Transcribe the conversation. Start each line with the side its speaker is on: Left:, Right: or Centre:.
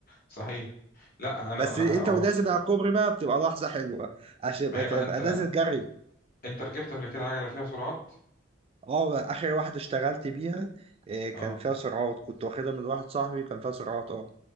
Left: صحيح لا انا
Right: بس
Left: انا
Right: انت
Left: أوص.
Right: ونازل على الكوبري بقى بتبقى لحظه حلوه عشان
Left: ما
Right: يبقى-
Left: هي
Right: تبقى
Left: بقى انت
Right: نازل جري
Left: انت ركبت قبل كده عجله فيها سرعات
Right: اه اخر واحده اشتغلت بيها آه، كان
Left: اه
Right: فيها سرعات كنت واخدها من واحد صاحبي كان فيها سرعات اه